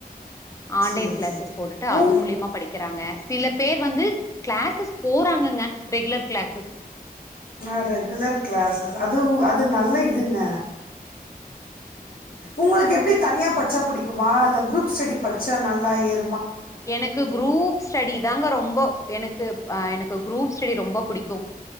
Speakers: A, on the left (about 20°); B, on the left (about 70°).
A: ஆன்லைன்
B: சேரி
A: க்ளாசஸ்
B: சேரி
A: போட்டுட்டு
B: உங்
A: அது மூலியமா படிக்கிறாங்க சில பேர் வந்து கிளாஸஸ் போறாங்கங்க ரெகுலர் கிளாஸஸ்
B: நா ரெகுலர் கிளாஸஸ் ஆ துவும் அது நல்ல இதுங்க
A: ம் ம்
B: உங்களுக்கு
A: ம்.
B: எப்பிடி தனியா படிச்சா புடிக்குமா இல்ல குரூப் ஸ்டடி படிச்சா நல்லா இரு
A: எனக்கு குரூப் ஸ்டடி தாங்க ரொம்ப எனக்கு அ எனக்கு குரூப்ஸ்டடி ரொம்ப புடிக்கும்